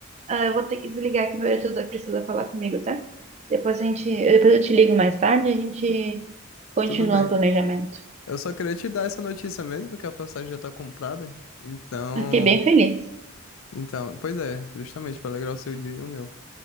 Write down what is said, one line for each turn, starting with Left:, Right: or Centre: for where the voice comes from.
Right: ah, eu vou ter que desligar que meu editor precisa falar comigo, tá? Depois a gente, depois eu te ligo mais tarde, a gente Continua
Left: Tudo bem.
Right: o planejamento.
Left: Eu só queria te dar essa notícia mesmo, que a passagem já tá comprada. Então.
Right: Eu fiquei bem feliz.
Left: Então, pois é, justamente pra alegrar o seu dia e o meu.